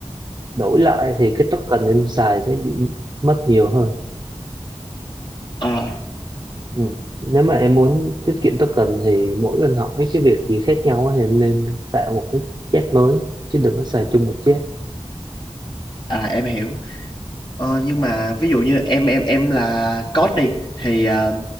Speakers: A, on the right; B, on the left.
A: đổi lại thì cái token em xài sẽ bị mất nhiều hơn
B: Ờ,
A: Ừ. Nếu mà em muốn tiết kiệm token thì mỗi lần hỏi cái việc gì khác nhau á thì em nên tạo một cái chat mới chứ đừng có xài chung một chat.
B: à em hiểu Ờ, nhưng mà ví dụ như em em em là code đi thì ờ,